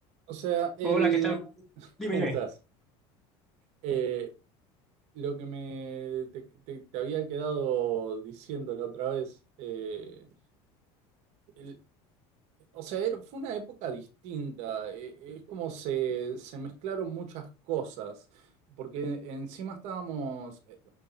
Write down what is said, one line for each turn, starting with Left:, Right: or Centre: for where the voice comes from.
Right: O sea, el...
Centre: Hola, ¿qué tal? Dime,
Right: ¿Cómo
Centre: dime.
Right: estás? Eh, lo que me te, te- te había quedado diciendo la otra vez, eh, el- o sea, era- fue una época distinta, eh, es como se, se mezclaron muchas cosas, porque encima estábamos, eh,